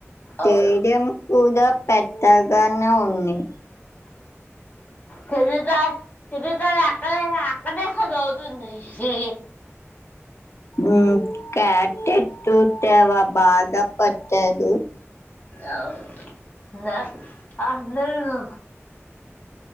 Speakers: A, on the left; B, on the left.
A: అవును
B: తేజం కూడాద పెట్టగాన్న ఉణి
A: తది త తది త అక్కడ అక్కడే సదౌతు సి
B: ఉ కటెత్త తవ భాగాపట్టడు
A: అవు నంద అందరూ